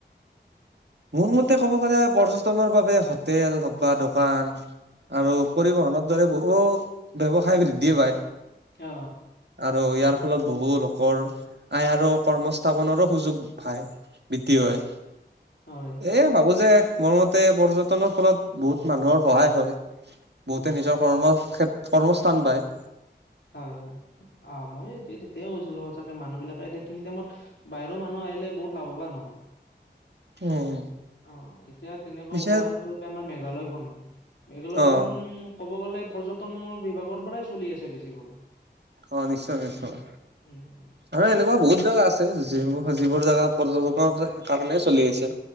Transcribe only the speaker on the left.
অ',
অ।
হয়।
হয় হয়, অ মই এই তেতিয়াই কৈছিলো সচাকে মানুহবিলাকে এইখিনি টাইমত বাহিৰৰ মানুহ আহিলে বহুত লাভৱান হয়।
অ এতিয়া তেনেকুৱা
উদাহৰণ আমাৰ মেঘালয় খনে, মেঘালয়
খন ক'ব গ'লে পৰ্যটনৰ বিভাগৰ পৰাই চলি আছে বেছি কৰি।
উম